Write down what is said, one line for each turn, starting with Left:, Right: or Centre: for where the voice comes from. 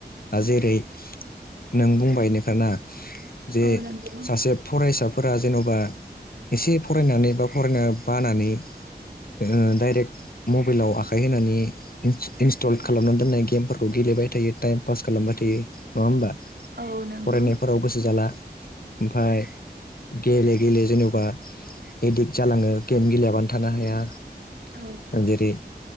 Left: जेरै नों बुंबायनो खाना जे
Right: औ नंगौ
Left: सासे फरायसा फोरा जेन'बा एसे फरायनानै बा फरायनो बानानै ओ डाइरेक्ट मबाइलाव आखाइ होनानै इन्स्टल खालामना दोननाय गेमफोरखौ गेले बाय थायो टाइम पास खालामबाय थायो नङा होमबा।
Right: औ नंगौ
Left: फरायनायफोराव गोसो जाला ओमफाय गेले गेले जेनबा एदिक्ट जालाङो गेम गेलेयाबानो थानो हाया
Right: औ
Left: ओ जेरै